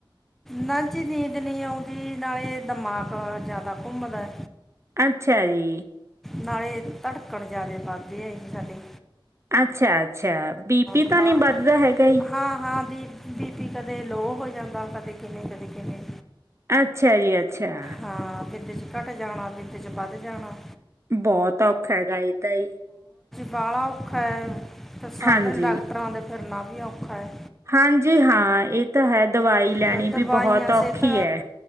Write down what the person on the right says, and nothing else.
ਅੱਛਾ ਜੀ
ਅੱਛਾ-ਅੱਛਾ, ਬੀ-ਪੀ ਤਾਂ
ਨੀ ਵੱਧਦਾ ਹੈਗਾ ਈ
ਅੱਛਾ ਜੀ, ਅੱਛਾ
ਬਹੁਤ ਔਖਾ, ਹੈਗਾ ਤਾਈ
ਹਾਂਜੀ
ਹਾਂਜੀ ਹਾਂ ਇਹ ਤਾਂ ਹੈ ਦਵਾਈ ਲੈਣੀ
ਵੀ ਬਹੁਤ ਔਖੀ
ਹੈ